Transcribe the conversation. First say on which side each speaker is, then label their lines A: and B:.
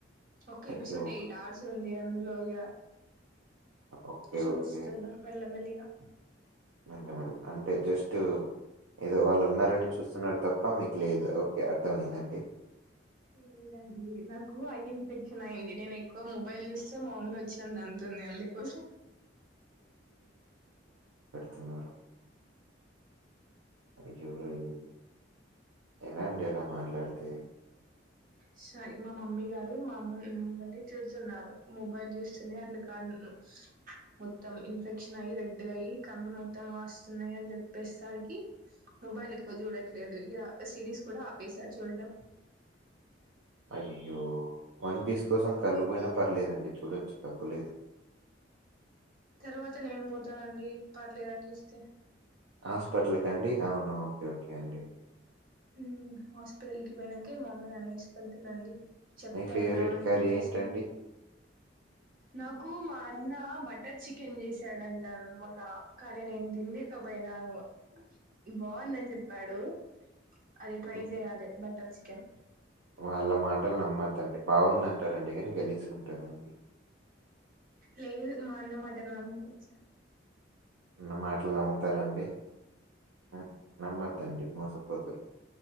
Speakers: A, on the right; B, on the right.
A: ఒక
B: అయ్యో!
A: ఎపిసోడ్ ఎయిట్ అవర్స్ ఉంది అందులో ఇగ
B: ఓకే.
A: చూస్తున్నం
B: ఓకే.
A: మెల్ల మెల్లిగా
B: నన్ ఎమ్మన ప్రాంక్ అంటే జస్ట్ ఏదో వాళ్ళు ఉన్నారని చూస్తున్నారు తప్ప మీకు లేదు ఓకే అర్థమైందండి
A: లేదండి నాకు ఐ ఇన్ ఫెక్షన్ అయింది నేను ఎక్కువ మొబైల్ చూస్తే మా మమ్మీ ఓచ్చి నన్ను తంతుంది అందుకోసం
B: తిన్నార అయ్యో ఏం అయింది ఎలాండి ఇలా మాట్లాడితే
A: సారీ మా మమ్మీ గారు మామ్మ మమ్మల్ని తిడుతున్నారు మొబైల్ జుస్తనే అట్లు కాన్ మొత్తం ఇన్ఫెక్షన్ అయ్యి రెడ్డ్గయి కన్లు మొత్తం వాస్తున్నాయి అని జెప్పేసారికి మొబైల్ ఎక్కువ జూడట్లేదు ఇగ సిరీస్ కూడా ఆపేసా చూడడం
B: అయ్యో వన్ పీస్ కోసం కళ్ళుపోయినా పర్లేదండి చూడొచ్చు తగ్గులేదు
A: తర్వాత నేన్ పోతానండి పర్లేదని జూస్తే
B: హాస్పిటల్ క అండి ఔనా ఒకె ఒకె అండి
A: ఉమ్ హాస్పిటల్ కి పోయినంక మమ్మీ నాన్నేస్కుంటదండి చెప్తే
B: మీ ఫేవరెట్
A: ఇన్నవా అని
B: కర్రీ
A: చెప్పేసి
B: ఏంటండి?
A: నాకు మా అయినా బటర్ చికెన్ జెసాడంటా మొన్న కానీ నేన్ తిన్లేకపోయినాను బావుందని జెప్పాడు అది ట్రై
B: హ్మ్.
A: జెయాలె బటర్ చికెన్
B: వాళ్ళ మాటల్ నమ్మద్దండి బాగుందంటారండి గనీ గలీజ్గ్ ఉంటదండి
A: లేదు మా అన్న మాటలు నమ్మొచు
B: ఉన్న మాటలు నమ్ముతారండి హ్ నమ్మద్దండి మోసపోతురు